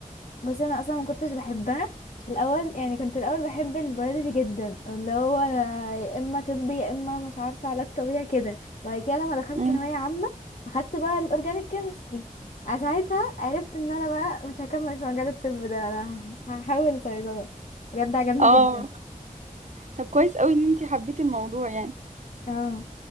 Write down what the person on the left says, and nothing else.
بس انا اصلا ما كنتش بحبها في الاول يعني كنت الاول بحب البيولوجي جدا اللي هو أنا يا اما طب يا اما مش عارفه علاج طبيعي كده وبعد كده لما دخلت
ثانويه عامه اخدت بقى الاورجانيك كيمستري ساعتها عرفت ان انا بقى مش هكمل في مجال الطب ده انا هحاول صيدله بجد عجبني
جدا
اه